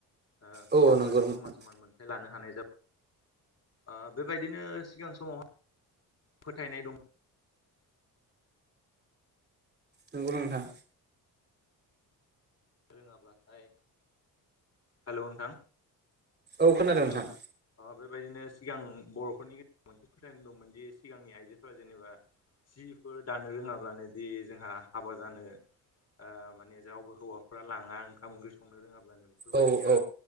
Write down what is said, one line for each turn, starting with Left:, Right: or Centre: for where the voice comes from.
Left: ओ हौवाफोरजों
Right: औ नंगौ नोंथां
Left: समान समान मोनथाय लानो हानाय जा ओ बेबायदिनो सिगां समावाय फोथायनाय दं
Right: नोंगौ नोंथां
Left: रोङाब्लाथाय हेलौ नोंथां
Right: औ खोनादों नोंथां
Left: अ बेबायदिनो सिगां बर'फोरनि गेजेराव मोनसे फोथायनाय दंमोनदि सिगांनि आइजोफोरा जेनेबा जिफोर दानो रोङाब्लानो दि जोंहा हाबा जानो माने रावबो हौवाफ्रा लाङा ओंखाम ओंख्रि संनो रोङाब्लानो बेफोरबायदिया
Right: औ औ